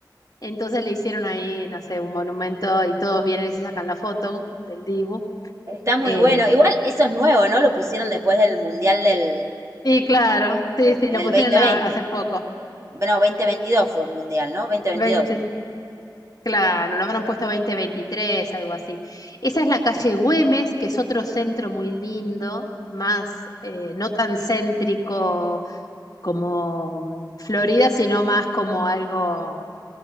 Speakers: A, on the left; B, on the right.
A: Entonces le hicieron ahí, no sé, un monumento y todos vienen y se sacan la foto del Dibu.
B: Está muy
A: Eh,
B: bueno. Igual eso es nuevo, ¿no? Lo pusieron después del Mundial del,
A: y claro, sí,
B: de-
A: sí, lo
B: del
A: pusieron
B: dos mil
A: a-
B: veinte.
A: hace poco.
B: Bueno, dos mil veintidós fue el Mundial, ¿no? dos mil veintidós.
A: veinte, claro, lo habrán puesto veinte veintitrés, algo así. Esa es la calle Güemes, que es otro centro muy lindo, más eh, no tan céntrico como mm, Florida, sino más como algo